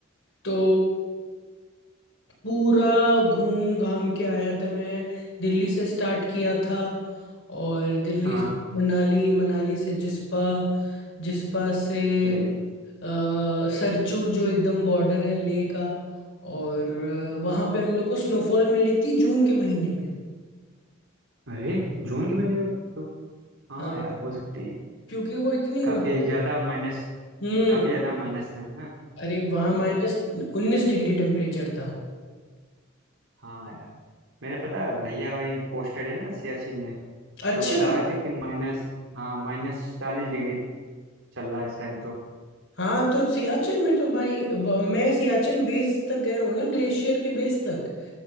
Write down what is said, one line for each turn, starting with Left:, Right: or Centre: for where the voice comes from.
Left: तो पूरा घूम घाम के आया था मैं दिल्ली से स्टार्ट किया था और दिल्ली
Right: हाँ
Left: से मनाली मनाली से जिस्पा जिस्पा से
Right: अरे
Left: अ, सरचू जो एकदम बॉर्डर है लेह का और अ, वहाँ पे हम लोग को स्नोफॉल मिली थी जून के महीने में
Right: अरे जून के महीने में तो हाँ
Left: हाँ
Right: यार हो सकती है
Left: क्योंकि वो इतनी
Right: काफी
Left: ऊंच-
Right: ज्यादा माइनस
Left: हम्म
Right: काफी ज्यादा माइनस में है ना
Left: अरे वहाँ
Right: हम्म,
Left: माइनस उन्नीस डिग्री टेम्परेचर था
Right: हाँ यार मेरे पता है भैया वही पोस्टेड है ना सियाचिन में
Left: अच्छा
Right: तो बता रहे थे कि माइनस हाँ माइनस चालीस डिग्री चल रहा है इस टाइम तो
Left: हाँ तो सियाचिन में तो भाई अब मैं सियाचिन बेस तक गया हूँ ना ग्लेशियर के बेस तक